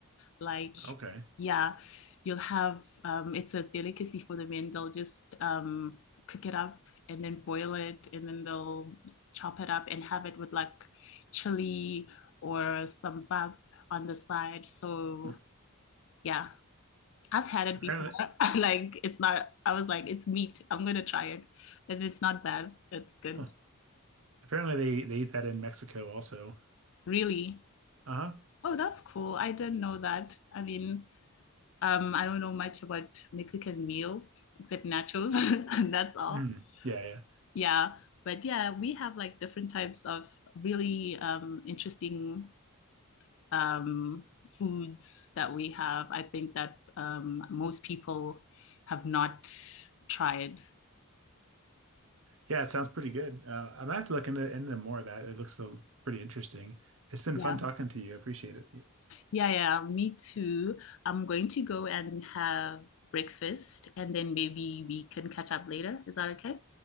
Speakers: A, on the left; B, on the right.
A: Like,
B: Okay.
A: yeah, you'll have um, it's a delicacy for the men. They'll just um, cook it up and then boil it and then they'll chop it up and have it with like chili or some bab on the side. So
B: Hmm.
A: yeah, I've had it
B: Apparently,
A: before. <laughs> Like it's not, I was like, it's meat. I'm gonna try it. And it's not bad. It's good.
B: huh. Apparently they they eat that in Mexico also.
A: Really?
B: Uh-huh.
A: Oh, that's cool. I didn't know that. I mean, um, I don't know much about Mexican meals except nachos, <laughs> and that's all.
B: Mm. Yeah, yeah.
A: Yeah. But yeah, we have like different types of really um interesting um foods that we have. I think that um most people have not tried.
B: Yeah, it sounds pretty good. Uh, I'm gonna have to look into into more of that. It looks so pretty interesting. It's been
A: Yeah.
B: fun talking to you. I appreciate it.
A: Yeah, yeah, me too. I'm going to go and have breakfast and then maybe we can catch up later. Is that okay?